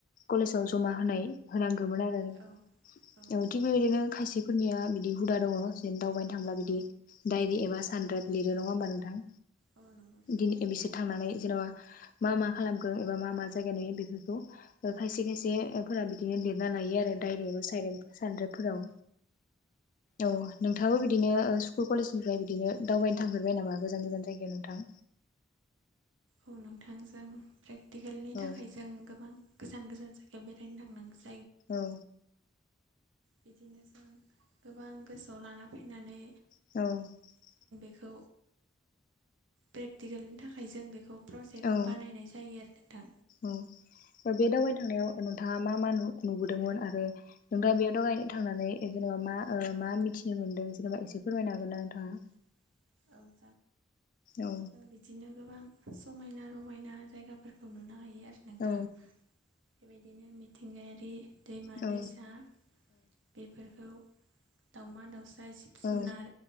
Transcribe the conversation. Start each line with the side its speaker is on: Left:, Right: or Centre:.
Left: कलेजाव जमा होनाय होनांगो ङोमोन आरो
Right: औ औ नंगौ
Left: थिग बेबायदिनो खायसेफोरनिया बिदि हुदा दङ जेन दावबाय थांब्ला बिदि
Right: औ
Left: डायरि एबा सानद्राइभ लिरो नङा होमबा नोंथां
Right: औ नंगौ
Left: दिन बिसोर थांनानै जेनबा मा मा खालामगोन एबा मा मा जायगा नुयो बेफोरखौ खायसे खायसे
Right: औ नंगौ नोंथां
Left: फोर बिदिनो लिरना लायो आरो डायरेक्टआव साय सान्द्रेबफोराव औ नोंथाङाबो बिदिनो ओ स्कुल कलेजनिफ्राय बिदिनो दावबायनो थांफेरबाय नामा गोजान गोजान जायगायाव नोंथां
Right: औ नोंथांजों प्रेक्टिकेलनि
Left: औ
Right: थाखाय जों गोबां गोजान गोजान जायगायाव बेरायनो थांनांगो
Left: औ
Right: बिदिनो जों गोबां गोसोआव लाना फैनानै
Left: औ
Right: औ प्रेक्टिकेलनि थाखाय जों बेखौ प्रजेक्ट
Left: औ
Right: बानायनाय जायो आरो नोंथां
Left: औ बे दावगबायनो थांनायाव नोंथाङा मा मा नुबोदोंमोन आरो नोंथाङा बेयाव दावगायनो थांनानै जेनेबा मा
Right: नोंथां
Left: मा मिथिनो मोनदों जेनेबा एसे फोरमायनो हागोन ना नोंथाङा
Right: <inaudible> जोन
Left: औ
Right: जों बिदिनो गोबां समायना रमायना जायगाफोरखौ नुनो हायो यो आरो नोंथां
Left: औ
Right: बेबायदिनो मिथिंगायारि दैमा
Left: औ
Right: दैसा बेफोरखौ दाउमा दाउसा जिब जुनार
Left: औ